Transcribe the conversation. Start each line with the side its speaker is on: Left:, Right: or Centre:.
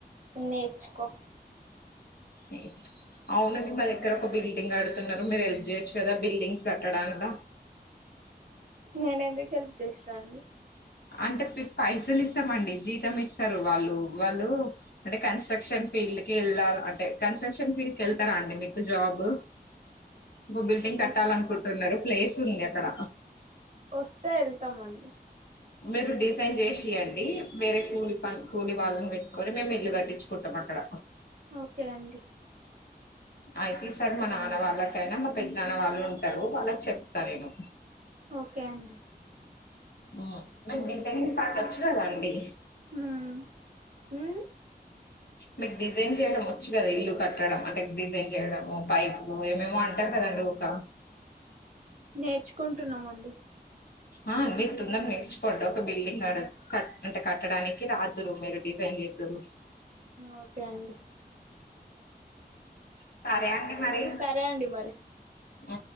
Right: నేర్చుకో
Left: ఏ అవునండి మా దగ్గర ఒక బిల్డింగ్ కడుతున్నరు మీరు హెల్ప్ చేయొచ్చు కదా బిల్డింగ్స్ కట్టడంల
Right: నేను ఎందుకు హెల్ప్చేస్తా అండి
Left: అంటే పైసలు ఇస్తామండి జీతం ఇస్తారు వాళ్ళు వాళ్ళు అంటే కన్స్ట్రక్షన్ ఫీల్డ్ కి వెళ్ళాలి అంటే కన్స్ట్రక్షన్ ఫీల్డ్ కి వెళ్తారా అండి మీకు జాబ్
Right: <inaudible>
Left: ఇంకో బిల్డింగ్ కట్టాలనుకుంటున్నారు
Right: వస్
Left: ప్లేస్ ఉంది అక్కడ
Right: ఓస్తే వెళ్తామండి
Left: మీరు డిజైన్ చేసియండి వేరే కూలి ప కూలి వాళ్ళని పెట్టుకొని మేము ఇల్లు కట్టించుకుంటాం అక్కడ
Right: ఓకే అండి
Left: అయితే సార్ మా నాన్న వాళ్ళకైనా మా పెద్ద నాన్న వాళ్ళు ఉంటరు వాళ్ళకి చెప్తా నేను
Right: ఓకే అండి
Left: ఓ మక్ డిజైనింగ్ పటొచ్చు కదా అండి
Right: ఉమ్ ఊ
Left: మీకు డిజైన్ చేయడం వచ్చు కదా ఇల్లు కట్టడం అంటే డిజైన్ చేయడము పైపులు ఏమేమో అంటారు కదండి ఊక
Right: నేర్చుకుంటున్నమండి
Left: ఆ మీరు తొందర నేర్చుకోండి ఒక బిల్డింగ్డ కట్ అంటే కట్టడానికి రాదురు మీరు డిజైన్ బ
Right: ఓకే అండి
Left: సరే అండి మరి
Right: సరే అండి మరి
Left: ఉ